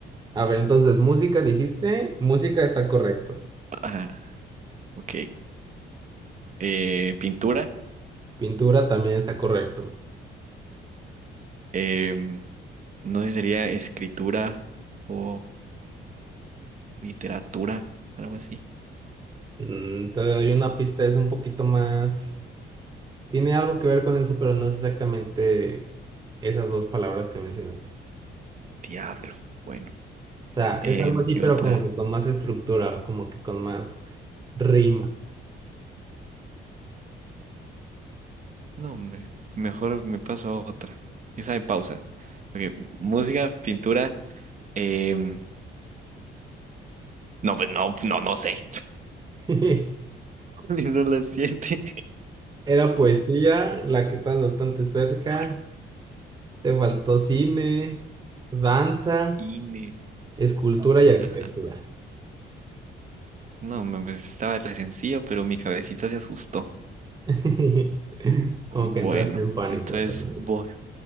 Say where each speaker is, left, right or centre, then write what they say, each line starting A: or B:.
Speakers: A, on the right; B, on the right.
A: A ver, entonces, música dijiste, música está correcto.
B: <laughs> Ajá, ok. Eh, pintura.
A: Pintura también está correcto.
B: Em, no sé si sería escritura o literatura, algo así.
A: Mm, te doy una pista, es un poquito más... Tiene algo que ver con eso, pero no es exactamente esas dos palabras que mencionaste.
B: Diablo. Bueno,
A: O sea,
B: em,
A: es algo así,
B: ¿qué
A: pero
B: otra?
A: como que con más estructura, como que con más rima.
B: No, hombre, mejor me paso a otra. Esa de pausa. Ok, música, pintura. em, No, pues no, no, no sé. <laughs>
A: <laughs>
B: ¿Cuáles son las siete?
A: Era poesía, la que estás bastante cerca.
B: <laughs>
A: Te faltó cine, danza,
B: Cine.
A: escultura y arquitectura.
B: Ajá. No, me me- estaba re sencillo, pero mi cabecita se asustó.
A: <laughs> Como
B: Bueno,
A: que entraste en pánico.
B: entonces
A: realmente.
B: voy.